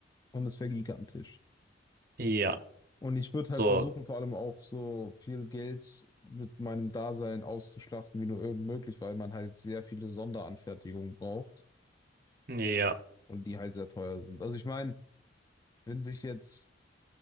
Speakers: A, on the left; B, on the right.
A: Und es wäre gigantisch.
B: Ja,
A: Und ich würde
B: so,
A: halt versuchen, vor allem auch so viel Geld mit meinem Dasein auszuschlachten, wie nur irgend möglich, weil man halt sehr viele Sonderanfertigungen braucht
B: ja,
A: und die halt sehr teuer sind. Also ich meine, wenn sich jetzt,